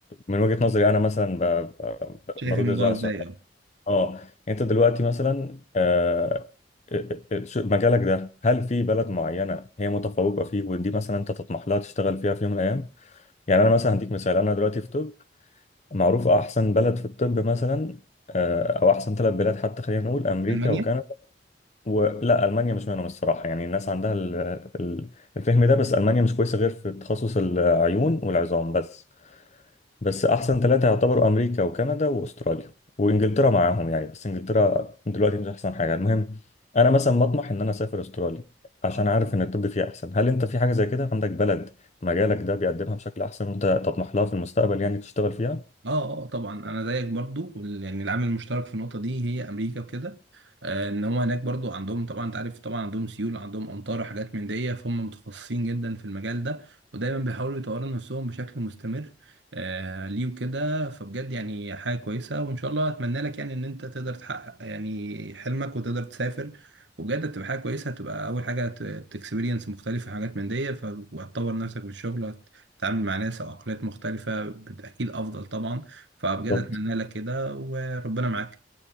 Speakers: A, on the left; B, on the right.
A: من وجهة نظري أنا مثلا ب- ب-
B: شايف
A: برد
B: الموضوع
A: إزاي على
B: ازاي
A: السؤال
B: اه
A: اه انت دلوقتي مثلا آه، آه، آه، شو- مجالك ده هل في بلد معينه هي متفوقه فيه ودي مثلا انت تطمح لها تشتغل فيها في يوم من الايام يعني انا مثلا هديك مثال انا دلوقتي في طب معروف احسن بلد في الطب مثلا آه، او احسن ثلاث بلاد حتى خلينا نقول امريكا
B: المانيا
A: وكندا ولا المانيا مش منهم الصراحه يعني الناس عندها ال- ال- الفهم ده بس المانيا مش كويسه غير في تخصص العيون والعظام بس بس احسن ثلاثة يعتبروا امريكا وكندا واستراليا وانجلترا معاهم يعني بس انجلترا دلوقتي مش احسن حاجة المهم انا مثلا بطمح ان انا اسافر استراليا عشان عارف ان الطب فيها احسن هل انت في حاجة زي كده عندك بلد مجالك ده بيقدمها بشكل احسن وانت تطمح لها في المستقبل يعني تشتغل فيها
B: اه اه طبعا انا زيك برضو وال- يعني العامل المشترك في النقطه دي هي امريكا وكده آه، ان هو هناك برضو عندهم طبعا انت عارف طبعا عندهم سيول عندهم امطار وحاجات من دي فهم متخصصين جدا في المجال ده ودايما بيحاولوا يطوروا نفسهم بشكل مستمر آه، ليه وكده فبجد يعني حاجه كويسه وان شاء الله اتمنى لك يعني ان انت تقدر تحقق يعني حلمك وتقدر تسافر وبجد هتبقى حاجه كويسه هتبقى اول حاجه تكسبيرينس مختلفه حاجات من دي فهتطور نفسك في الشغل تتعامل مع ناس او عقليات مختلفه بت- اكيد افضل طبعا فبجد
A: بالظبط
B: اتمنى لك كده وربنا معاك